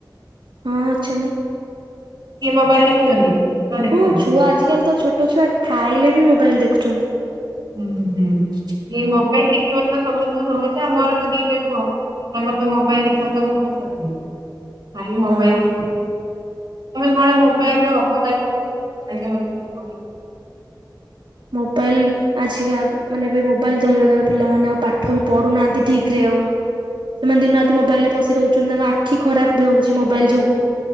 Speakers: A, on the right (about 80°); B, on the right (about 55°).
A: ହଁ ଅଛନ୍ତି।
B: ସିଏ ମୋବାଇଲ ଦେଖୁଛନ୍ତି? ନା ଦେଖୁନାହାନ୍ତି।
A: ହଁ ଛୁଆ ଆଜିକାଲି ତ ଛୋଟ ଛୁଆ ଖାଇଲେ ବି ମୋବାଇଲ ଦେଖୁଛନ୍ତି।
B: ହୁଁ ହୁଁ ଏଇ ମୋବାଇଲ ଦେଖିବା ତ ସମସ୍ତଙ୍କ ସମସ୍ୟା ମୋର ତ ଦିଟା ପୁଅ ତାଙ୍କର ତ ମୋବାଇଲ ଦେଖାର ତାଙ୍କ ପେଟ ପୁରୁନି। ଖାଲି ମୋବାଇଲ
A: ହଁ
B: ଦେ ତମେ କଣ ମୋବାଇଲ ର ଅବକରିତା। ଧନ୍ୟ ମ <unintelligible>
A: ମୋବାଇଲ ଆଜିକା ମାନେ ଏବେ ମୋବାଇଲ ଧରିବା ଦ୍ଵାରା ପିଲାମାନେ ଆଉ ପାଠବି ପଢୁନାହାନ୍ତି ଠିକରେ ଆଉ। ସେମାନେ ଦିନ ରାତି ମୋବାଇଲ ରେ ପଶି ରହୁଛନ୍ତି ତାଙ୍କ ଆଖି ଖରାପ ବି ହଉଛି ମୋବାଇଲ ଯୋଗୁ।